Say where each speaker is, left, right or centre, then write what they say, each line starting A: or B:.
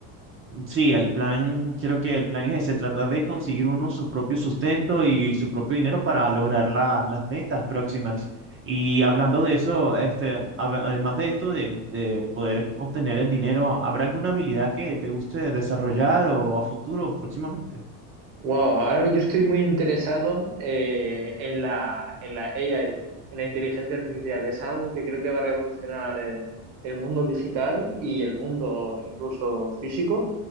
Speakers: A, on the right (about 30°); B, on the right (about 65°).
A: sí, el plan, creo que el plan es ese, tratar de conseguir uno su propio sustento y su propio dinero para lograr la- las metas próximas. Y hablando de eso, este, a- además de esto de, de poder obtener el dinero, ¿habrá alguna habilidad que te guste desarrollar o a futuro próximamente?
B: Wow, ahora yo estoy muy interesado eh, en la, en la AI, en la inteligencia artificial. Es algo que creo que va a revolucionar eh, el mundo digital y el mundo incluso físico,